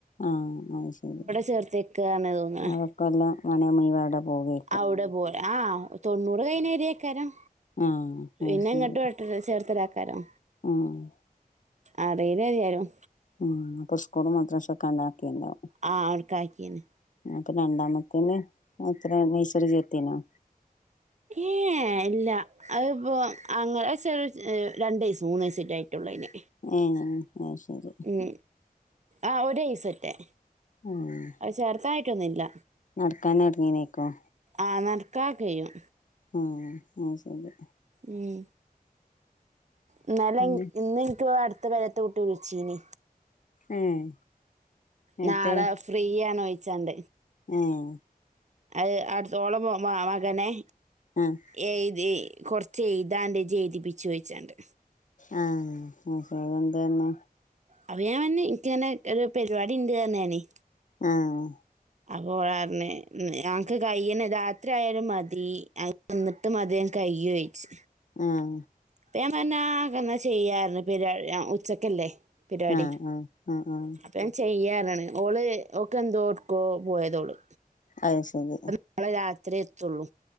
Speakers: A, on the left (about 55°); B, on the right (about 50°).
A: ആഹ് അത് ശെരി
B: ചേർത്തേക്കാണ് തോന്നണേ
A: അതൊക്കെല്ലാ സമയം മുയുവൻ അവ്ടെ പോവേ
B: അവ്ടെ പോവും ആഹ് തൊണ്ണൂ റ് കഴിഞ്ഞാ വെരേക്കാരം
A: ആഹ് അത്
B: പിന്നെ
A: ശരി
B: ഇങ്ങട്ട് വെട്ടല് ചേർത്തലേക്കാരം
A: ആഹ്
B: അറീല ഏതയാലും
A: ആഹ് അപ്പൊ സ്കൂളും മദ്രസൊക്കെ ആണ്ട് ആക്കിണ്ടാവും
B: ആഹ് അവ്ട്ക്കാക്കീണ്
A: അപ്പൊ രണ്ടാമത്തേനെ എത്ര നൈസറി ചേർത്തീണൊ?
B: ഏയ് ഇല്ല അത്പ്പോ അങ്ങനെ അത് ചെറ്യേ ഏ രണ്ട് വയസ്സൊ മൂന്ന് വയസ്സെറ്റേ ആയിട്ടൊള്ളൂ അയിന്
A: ഏഹ് അത് ശരി
B: ഉം ആഹ് ഒര് വയസെറ്റേ
A: ഏഹ്
B: അത് ചേർത്താനായിട്ടൊന്നും ഇല്ല.
A: നടക്കാന് എറങ്ങീണേക്കും
B: ആഹ് നടക്കാനൊക്കെ കയ്യും
A: ആഹ് അത് ശെരി.
B: ഉം ഇന്നലെ
A: പിന്നെ
B: ഇൻ ഇന്ന് ഇൻക്ക് അട്ത്ത പെരേത്തെ കുട്ടി വിളിച്ചീനി.
A: ഏഹ് നേരത്തെ
B: നാളെ ഫ്രീയാണോയ്ച്ചാണ്ട്
A: ഏഹ്
B: അത് അട്ത്ത ഓള മോ മകനെ
A: ആഹ്
B: എഴ്ത് കൊറച്ച് എഴ്താണ്ട് ഇജ്ജ് എഴ്തിപ്പിച്ചോയ്ച്ചാണ്ട്.
A: ആഹ് <unintelligible> എന്തേ പറഞ്ഞ്
B: അപ്പോ ഞാന് പറഞ്ഞ് ഇൻക്ക് ഇങ്ങനെ ഒരു പരിവാടിണ്ട് പറഞ്ഞ് ഞാനെ
A: ആഹ്.
B: അപ്പോ ഓള് പറഞ്ഞ് ഇന്നാ അനക്ക് കയ്യ്ണെ രാത്രി ആയാലും മതി അ വന്ന്ട്ട് മതി അത് കയ്യോ ചോയ്ച്ച്.
A: ആഹ്.
B: അപ്പം ഞാന് പറഞ്ഞ് ആഹ് ഇന്നാ ചെയ്യാ പറഞ്ഞ് പരിവാ ഉച്ചക്കല്ലേ പരിവാടി.
A: ആഹ് ആഹ് ആഹ് ആഹ്
B: അപ്പം ഞാൻ ചെയ്യാ പറഞ്ഞ്ണ് ഓള് ഓക്കെന്തോ ഒട്ക്കോ പോയതാ ഓള്.
A: അത് ശെരി.
B: നാളെ രാത്രി എത്തൊള്ളൂ